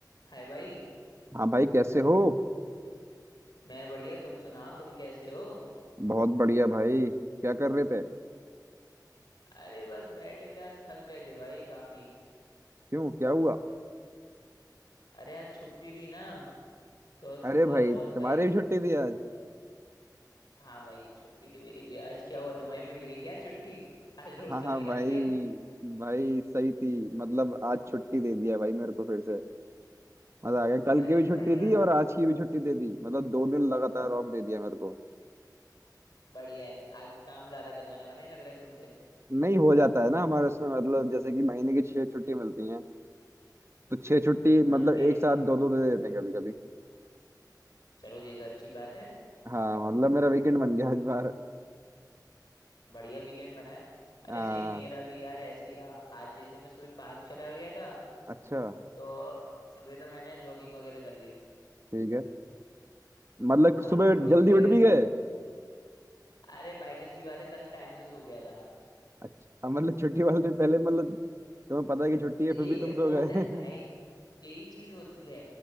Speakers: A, on the left; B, on the right.
A: हाय भाई
B: हाँ भाई कैसे हो
A: मैं बढ़िया तुम सुनाओ तुम कैसे हो
B: बहुत बढ़िया भाई क्या कर रहे थे
A: अरे बस बैठे थे आज थक गए थे भाई काफी
B: क्यों क्या हुआ
A: अरे आज छुट्टी थी ना तो
B: अरे
A: थोड़ा
B: भाई
A: बहुत
B: तुम्हारी
A: भाई
B: भी छुट्टी थी आज
A: हाँ भाई छुट्टी थी मेरी भी आज क्या हुआ तुम्हें भी मिल गई क्या छुट्टी आज रोस्टर
B: हाँ हाँ
A: नहीं लगा
B: भाई
A: क्या
B: भाई सही थी मतलब आज छुट्टी दे दिया भाई मेरे को फिर से मजा आ गया कल
A: अरे
B: की भी
A: बढ़िया
B: छुट्टी दी और आज की भी छुट्टी दे दी मतलब दो दिन लगातार ऑफ दे दिया मेरे को
A: बढ़िया है आगे काम ज्यादा करवाने वाले हैं लग रहा है तुमसे
B: नहीं हो जाता है ना हमारे उसमें मतलब जैसे कि महीने की छह छुट्टी मिलती हैं तो छह छुट्टी
A: हाँ
B: मतलब
A: तो कैसे
B: एक साथ दो दो दे देते हैं कभी कभी
A: चलो ये तो अच्छी बात है
B: हाँ मतलब मेरा वीकेंड बन गया इस बार
A: बढ़िया वीकेंड बना है अरे
B: हाँ
A: सेम मेरा भी यार ऐसे ही रहा आज जैसे मैं सुबह पार्क चला गया था
B: अच्छा
A: तो सुबह तो मैंने जॉगिंग वगैरह कर ली
B: ठीक है मतलब
A: हाँ
B: सुबह
A: जॉगिंग
B: जल्दी
A: वगैरह
B: उठ भी
A: कर
B: गए
A: अरे बाई चांस की बात है कल टाइम्स हो गया था
B: अच्छा मतलब छुट्टी वाले दिन पहले मतलब तुम्हें पता है कि छुट्टी है
A: यही
B: फिर भी तुम सो
A: होता
B: गए
A: है भाई यही चीज होती है